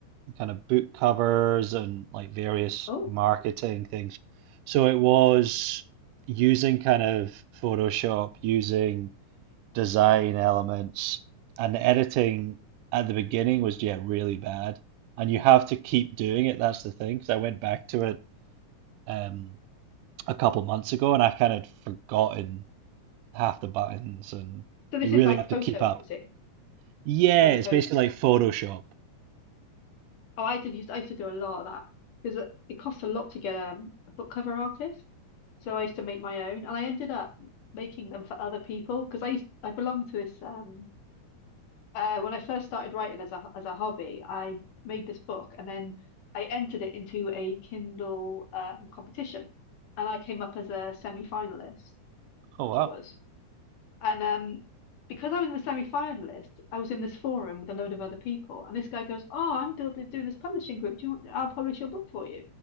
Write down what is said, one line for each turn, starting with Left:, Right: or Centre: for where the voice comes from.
Right: kind of book covers and like various
Left: Oh.
Right: marketing things so it was using kind of Photoshop using design elements and the editing at the beginning was yeah really bad and you have to keep doing it that's the thing because I went back to it um a couple months ago and I've kind of forgotten half the buttons and
Left: So this
Right: you
Left: is
Right: really
Left: like
Right: have to
Left: photo
Right: keep up
Left: editing
Right: yeah,
Left: as opposed.
Right: it's basically like Photoshop.
Left: Oh, I did used I used to do a lot of that because it costs a lot to get um, a book cover artist. So I used to make my own, and I ended up making them for other people because I used, I belonged to this um uh when I first started writing as a as a hobby, I made this book and then I entered it into a Kindle um competition, and I came up as a semi-finalist.
Right: Oh
Left: I
Right: wow.
Left: It was. And um, because I was in the semi-finalist, I was in this forum with a load of other people. And this guy goes, "Oh, I'm doing doing this publishing group. Do you want, I'll publish your book for you."